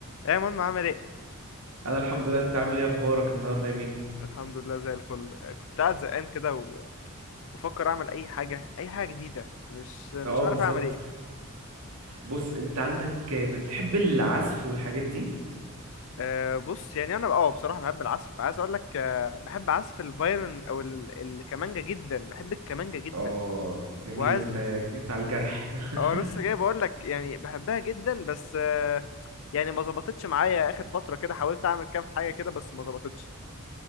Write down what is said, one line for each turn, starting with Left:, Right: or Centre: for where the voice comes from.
Left: ايه يا منى عامل ايه
Right: انا الحمد لله انت عامل ايه اخبارك النهارده يا مينا
Left: الحمد لله زي الفل كنت قاعد زهقان كده وبفكر اعمل اي حاجه اي حاجه جديده مش مش
Right: اه
Left: عارف
Right: بالظبط
Left: اعمل ايه
Right: بص انت عندك بتحب العزف والحاجات دي
Left: أه بص يعني انا اه بصراحه بحب العزف عايز اقول لك أه بحب عزف الفايلن او ال- الكمانجه جدا بحب الكمانجه جدا
Right: اه جميلة
Left: وعايز
Right: انت جيت على الجرح <laughs>
Left: اه لسه جاي بقول لك يعني بحبها جدا بس أه يعني ما ظبطتش معايا اخر فتره كده حاولت اعمل كام حاجه كده بس ما ظبطتش